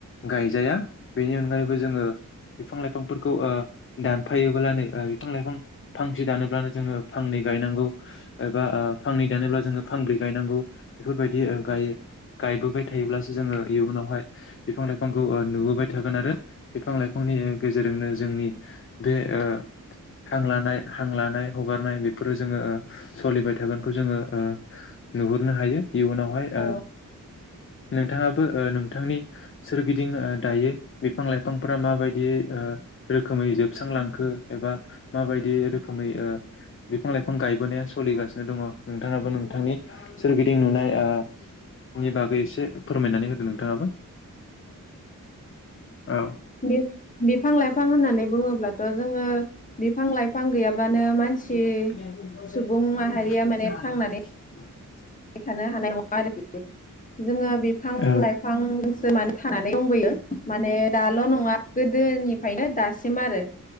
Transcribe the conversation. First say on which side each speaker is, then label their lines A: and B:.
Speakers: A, on the left; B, on the left.
A: गायजाया, बेनि अनगायैबो जोङो, बिफां लाइफांफोरखौ दानफ फैायोबोब्लाानो ओ बिफां लाइफां, फांसे दानोब्लानो जोङो फांनै गायनांगौ, एबा ओ फांनै दानोब्ला जोङो, फांब्रै गायनांगौ बेफोरबायदि ओ गाय गायबोबाय थायोब्लासो जोङो इयुनावहाय बिफां- लाइ फांखौ ओ नुबोबाय थागोन आरो बिफां लाइफांनि गेजेरजोंनो जोंनि बे ओ हां लानाय हां लानाय हगारनाय बेफोरो जोङो ओ सलिबाय थागोनखौ ओ जोङो नुहुरनो हायो इयुनावहाय
B: औ
A: ओ नोंथाङाबो ओ नोंथांनि सोरगिदिं ओ दायो बिफां लाइफांफोरा माबायदि ओ रोखोमै जोबस्रांलांखो एबा माबायदि रोखोमै ओ बिफां लाइफां गायबोनाया सोलिगासिनो दङ' नोंथाङाबो नोंथांनि सोरगिदिं नुनाय ओ नि बा गै एसे फोरमायनानै होदो नोंथाङाबो। औ
B: बि-बिफां लाइफां होननानै बुङोब्ला जोङो बिफां लाइफां गैयाब्लानो मानसि
A: <unintelligible>
B: सुबुं माहारिया माने थांनानै थानो हानाय नङा आरोखि जोङो बिफां
A: औ
B: लाइफांसो माने थानानै दंबोयो माने दाल' नङा गोदोनिफ्रायनो दासिम आरो